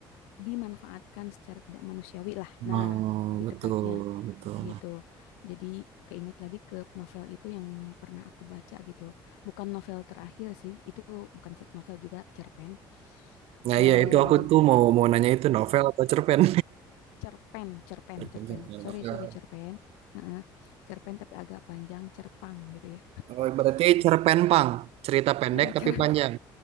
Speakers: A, on the left; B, on the right.
A: dimanfaatkan secara tidak manusiawi lah nah
B: Oh,
A: lebih
B: betul,
A: tepatnya
B: betul.
A: gitu jadi keinget lagi ke novel itu yang pernah aku baca gitu bukan novel terakhir sih itu bukan cer- novel juga cerpen
B: Nah,
A: eh
B: iya itu aku tuh mau mau nanya itu novel atau cerpen?
A: cerpen, cerpen,
B: <laughs>
A: cerpen.
B: novel.
A: Sorry, sorry, cerpen. Heeh. Cerpen tapi agak panjang, cerpang gitu ya.
B: Oh, berarti cerpen pang, cerita pendek
A: Heeh,
B: tapi
A: cer
B: panjang.